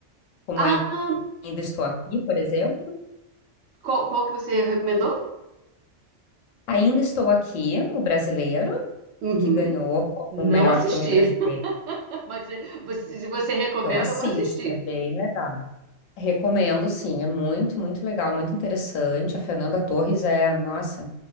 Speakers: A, on the left (about 85°); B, on the right (about 65°).
A: Como
B: Ah,
A: Ainda Estou Aqui, por exemplo.
B: qual, qual que você recomendou?
A: Ainda Estou Aqui, o brasileiro,
B: Uhum.
A: que ganhou como
B: Não
A: o melhor
B: assisti,
A: filme brasileiro.
B: <laughs> mas é, você- se você recomenda,
A: Então assista,
B: eu vou assistir.
A: é bem legal. Recomendo, sim, é muito, muito legal, muito interessante. A Fernanda Torres é, nossa,